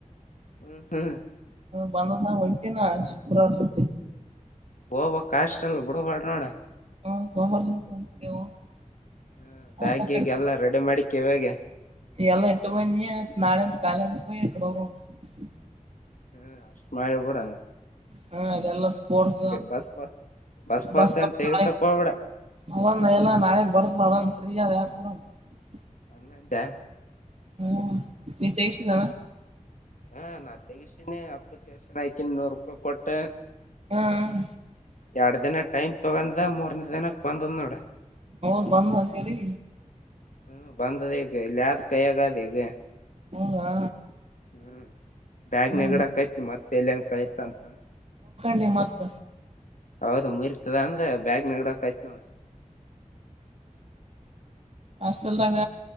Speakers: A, on the left; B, on the right.
A: ಹ್ಮ್ ಹ್ಮ್
B: ಬಂದದ್ ನಾ ಹೊಂಟೀನಿ ಶುಕ್ರಾರ ಜೊತಿ
A: ಹೋಗ್ಬೇಕಾ ಹಾಸ್ಟೆಲ್ <unintelligible>
B: ಹೂಂ ಸೋಮ್ವಾರ <unintelligible>
A: ಹ್ಮ್ ಬ್ಯಾಗ್
B: ಆಯ್ತ ಆ
A: ಗೀಗ್
B: ಕಡೆ
A: ಎಲ್ಲಾ ರೆಡಿ ಮಾಡಿ ಕಿವ್ಯಾಗೆ
B: ಎಲ್ಲ ಇಟ್ಟು ಬಂದ್ನಿ ಆಯ್ತು ನಾಳೆ ಅಂತ ಕಾಲೇಜ್ <unintelligible>
A: ಹೂಂ ಅಷ್ಟ ಮಾಡ್ಬುಡ
B: ಹ್ಮ ಅದೆಲ್ಲ ಸ್ಪೋರ್ಟ್ಸ್
A: ಬಸ್ ಪಾಸ್
B: ಬಸ್ ಪಾಸ್
A: ಅಂತ ತೆಗಸಕ್
B: ನಾಳೆ
A: ಹೋಗ್ಬೇಡ
B: ಅವ್ನೌನ ಎಲ್ಲ ನಾಳೆಗ್ ಬರ್ತದ ಅದೊಂದ ಫ್ರೀ ಅದ <unintelligible>
A: ಹಂಗಂದ್ಯಾ
B: ಹ್ಮ ನೀ ತೆಗ್ಸಿದಣಾ
A: ಹಾ ನಾ ತೆಗಸೀನಿ ಅಪ್ಲಿಕೇಶನ್ ಆಕೀನಿ ನೂರು ರೂಪಾಯಿ ಕೊಟ್ಟ
B: ಹ್ಮ್
A: ಎರಡ್ ದಿನ ಟೈಮ್ ತುಗಂದ ಮೂರ್ನೇ ದಿನಕ್ ಬಂದದ್ ನೋಡ
B: ಹೋಗ್ ಬಂದ ಅಂತೇಳಿ
A: ಹೂಂ ಬಂದದೆೇಕೆ ಇಲ್ಹಾದ್ ಕೈಯಾಗಾದ ಈಗ
B: ಹೌದಾ
A: ಹ್ಮ್ ಬ್ಯಾಗ್ನಾಗಿಡಾಕತ್ನಿ
B: ಹ್ಮ
A: ಮತ್ತ ಎಲ್ಲನ ಕಳಿತ ಅಂತಂದ
B: ನೀ ಮತ್ತ
A: ಹೌದು ಮುರ್ತದ ಅಂದ್ ಬ್ಯಾಗ್ನಾಗಿಡಾಕ ನೋಡ
B: ಹಾಷ್ಟಲ್ದಾಗ